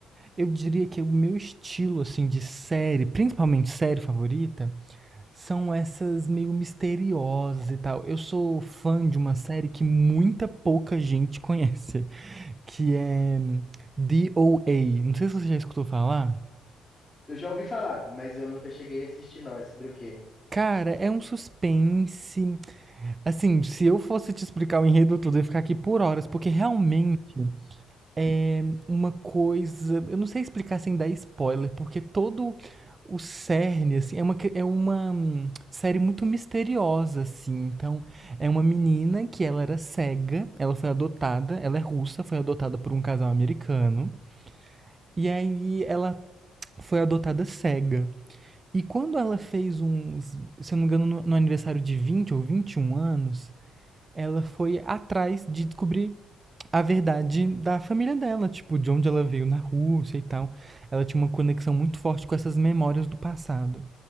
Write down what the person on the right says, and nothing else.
eu diria que o meu estilo, assim, de série, principalmente série favorita, são essas meio misteriosas e tal. Eu sou fã de uma série que muita pouca gente <laughs> conhece. que é DOA. Não sei se você já escutou falar.
Cara, é um suspense. Assim, se eu fosse te explicar o enredo todo, eu ia ficar aqui por horas, porque realmente é uma coisa. Eu não sei explicar sem dar spoiler, porque todo o cerne, assim, é uma, que- é uma hum, série muito misteriosa, assim. Então, é uma menina que ela era cega, ela foi adotada, ela é russa, foi adotada por um casal americano. E aí ela foi adotada cega. E quando ela fez uns, se eu não me engano, no, no aniversário de 20 ou 21 anos, ela foi atrás de descobrir a verdade da família dela, tipo, de onde ela veio na Rússia e tal. Ela tinha uma conexão muito forte com essas memórias do passado.